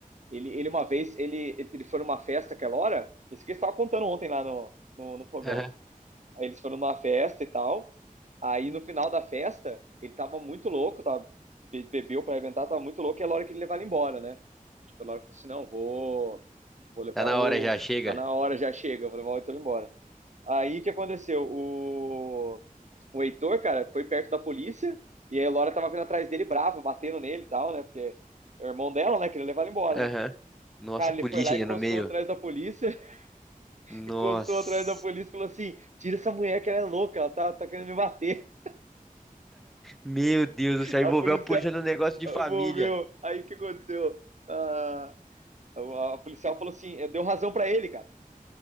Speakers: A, on the right; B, in the centre.
A: Ele, ele uma vez, ele, ele foi numa festa aquela hora, isso que eles estavam contando ontem lá no, no, no fogão.
B: Aham.
A: Aí eles foram numa festa e tal. Aí no final da festa, ele tava muito louco, tava, be- bebeu pra inventar, tava muito louco, e era a hora que ele levar ele embora, né? Tipo, a hora que falou assim: não, vou, vou levar
B: Tá na
A: o.
B: hora já, chega.
A: Tá na hora, já chega, vou levar o Heitor embora. Aí o que aconteceu? O, o Heitor, cara, foi perto da polícia e a Elora tava vindo atrás dele brava, batendo nele e tal, né? Porque é o irmão dela, né? Queria levar ele embora,
B: Aham.
A: né?
B: Nossa,
A: Cara,
B: polícia
A: ele foi lá,
B: ainda
A: encostou
B: no meio.
A: atrás da polícia <laughs>
B: Nossa.
A: encostou atrás da polícia e falou assim: tira essa mulher que ela é louca, ela tá, tá querendo me bater.
B: Meu Deus do céu,
A: A
B: envolveu
A: polícia
B: a polícia no negócio de família.
A: moveu. Aí o que aconteceu? Ah, a, a policial falou assim: eh, deu razão pra ele, cara.